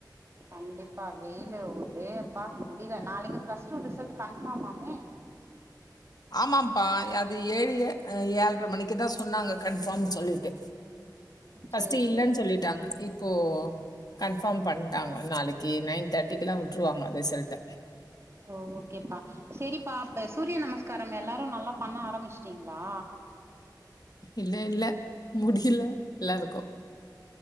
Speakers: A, on the right; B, on the left.
A: கண்டிப்பா வெயிலு ஒரே அப்பா முடியல நாளைக்கு பிளஸ் டூ ரிசல்ட் கன்ஃபார்ம்மாமே
B: ஆமாப்பா அது ஏழு அ ஏழ்ர மணிக்குதா சொன்னாங்க கன்ஃபார்ம் சொல்லிட்டு ஃபஸ்ட்டு
A: சேரி
B: இல்லன்
A: சேரி
B: சொல்லிட்டாங்க இப்போ கன்ஃபார்ம் பண்ட்டாங்க நாளைக்கு நைன் தேர்ட்டிக்கெலா விட்ருவாங்க ரிசல்ட்ட
A: ஓ ஓகேப்பா சரிப்பா இப்ப சூரிய நமஸ்காரம் எல்லாரும் நல்லா பண்ண ஆரம்பிச்சுட்டீங்ளா
B: இல்ல இல்ல முடியல எல்லாருக்கு